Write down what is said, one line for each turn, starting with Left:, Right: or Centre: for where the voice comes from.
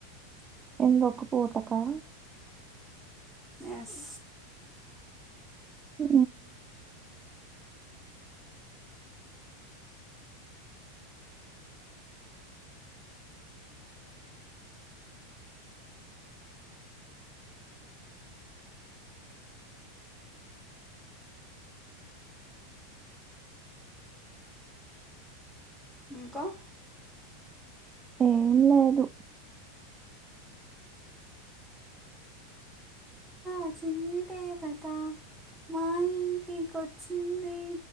Right: ఏంది ఒక పూటకా
Centre: ఎస్
Right: ఉ
Centre: ఇంకా
Right: ఏం లేదు
Centre: ఆ చిన్ని దేవత మా ఇంటికిొచ్చింది